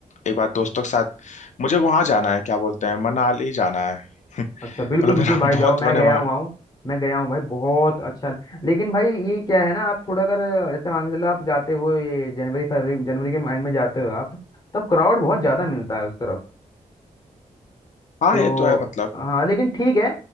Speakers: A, on the left (about 60°); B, on the left (about 30°).
A: एक बार दोस्तों के साथ मुझे वहां जाना है क्या बोलते हैं मनाली जाना है <laughs>
B: अच्छा
A: मतलब
B: बिल्कुल बिल्कुल
A: मेरा
B: भाई
A: बहुत
B: जाओ मैं
A: मन
B: गया
A: है वहाँ
B: हुआ हूँ मैं गया हूँ भाई बहुत अच्छा लेकिन भाई ये क्या है ना आप थोड़ा अगर ऐसे मान के चलो आप जाते हो ये जनवरी फरवरी जनवरी के माइंड में जाते हो आप तब क्राउड बहुत ज्यादा मिलता है उस तरफ
A: हाँ
B: तो
A: ये तो है मतलब
B: हाँ लेकिन ठीक है